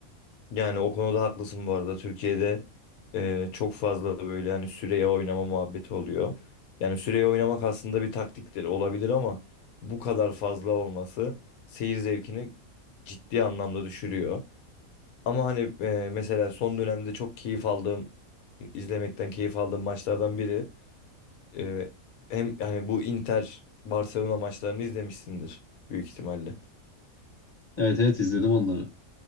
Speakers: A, on the left (about 80°); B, on the left (about 20°).
A: Yani o konuda haklısın bu arada. Türkiye'de e, çok fazla böyle yani süreye oynama muhabbeti oluyor. Yani süreye oynamak aslında bir taktiktir olabilir ama bu kadar fazla olması seyir zevkini ciddi anlamda düşürüyor. Ama hani e, mesela son dönemde çok keyif aldığım izlemekten keyif aldığım maçlardan biri e, hem hani bu Inter Barcelona maçlarını izlemişsindir büyük ihtimalle.
B: Evet evet izledim onları.